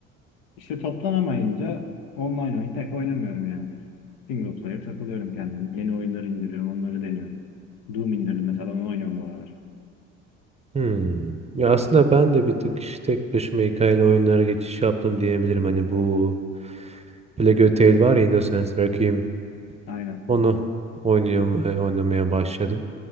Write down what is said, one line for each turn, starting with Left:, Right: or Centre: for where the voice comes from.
Left: İşte toplanamayınca online oyun pek oynamıyorum yani. Single player takılıyorum kendim. Yeni oyunları indiriyorum, onları deniyorum. Doom indirdim mesela onu oynuyorum bu aralar.
Right: Hmm. Ya aslında ben de bir tık işte tek başıma hikayeli oyunlara geçiş yaptım diyebilirim. Hani bu Plague Tale var ya Innocence Requiem.
Left: Aynen.
Right: Onu oynuyorum, e, oynamaya başladım.